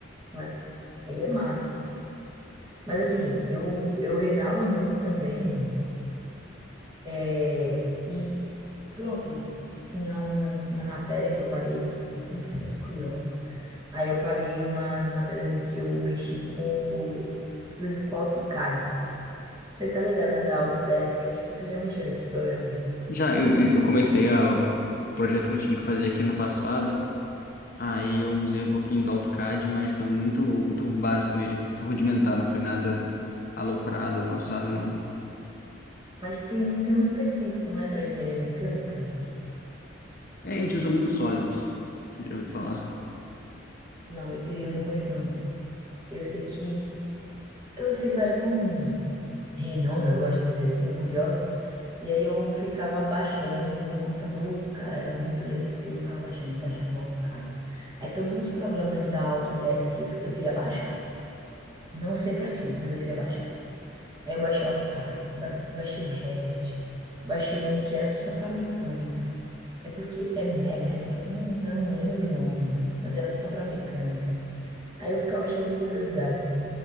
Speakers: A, on the right; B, on the left.
A: né? Aí é massa. Mas assim, eu, eu reinava muito também, é, e pronto, tinha um, uma matéria que eu paguei, eu sempre fui muito curiosa, aí eu paguei umas matérias em que eu mexi com, o- inclusive com o AutoCAD, Você tá ligado, né, da Autodesk? Acho que você já mexeu nesse programa, né?
B: Já eu, eu eu comecei a- o projeto que eu tive que fazer aqui no passado. Aí eu usei um pouquinho do AutoCAD, mas foi muito, muito básico mesmo, muito rudimentar, não foi nada aloprado, avançado, não.
A: Mas tem um, tem um específico, não é para engenharia mecânica?
B: É, a gente usa muito Solid, se eu falar.
A: Não, esse aí eu não conheço, não. Eu sei que... Eu sei que eu era tão reinona, eu gosto de dizer assim, curiosa. E aí eu ficava baixando. O meu computador, cara, era muito lento porque eu ficava baixando. Eu baixava o AutoCAD. Aí todos os programas da Autodesk eu, eu queria baixar. Não sei para quê, mas eu queria baixar. Aí eu baixei o AutoCAD, ba- baixei o Revit, baixei um que era só para mecânica. É porque é mecânica, eu não, eu não lembro o nome, mas era só para mecânica. Aí eu ficava cheio de curiosidade.